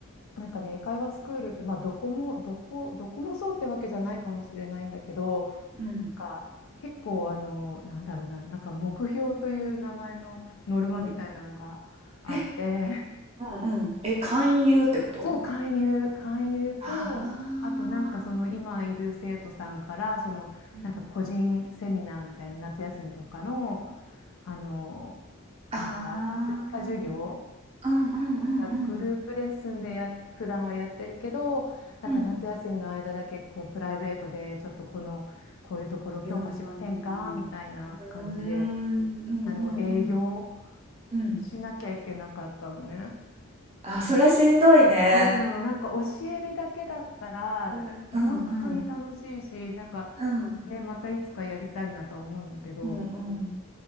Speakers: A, on the left (about 65°); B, on the right (about 30°).
A: なんかね、英会話スクールって、まあどこも、どこ、どこもそうってわけじゃないかもしれないんだけど、
B: うん。
A: なんか結構あの、なんだろうな、なんか目標という名前のノルマみたいなのがあって、
B: うん。え、うんうん。え、勧誘ってこと？
A: そう、勧誘、勧誘と、
B: ああ。
A: あとなんかその今いる生徒さんから、そのなんか個人セミナーみたいな夏休みとかの、
B: うん。
A: あの、
B: あ
A: なんか追加授業、
B: あ。うんうんうんうん。
A: なんかグループレッスンでや、普段はやってるけど、なんか夏休みの間だけこうプライベートでちょっとこの、
B: うん。
A: こういうところ強化しませんかみたいな感じで、
B: うーん。うーん、うんうんうん。
A: あの、営業
B: うんうんうーんうんうんうんうんうん
A: しなきゃいけなかったのね。
B: あ、それしんどいね。
A: そうなの、なんか教えるだけだったら、
B: なるうんうん。
A: 本当に楽しいし、なんか
B: うん。
A: ね、またいつかやりたいなとは思うんだけど、
B: うんうん。